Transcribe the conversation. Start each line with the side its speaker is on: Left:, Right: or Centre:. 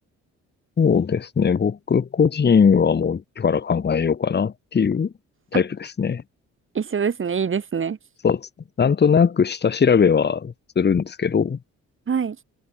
Left: そうですね。僕個人はもう一から考えようかなっていうタイプですね。
Right: あ、一緒ですね。いいですね。
Left: そうですね。なんとなく下調べはするんですけど、
Right: はい。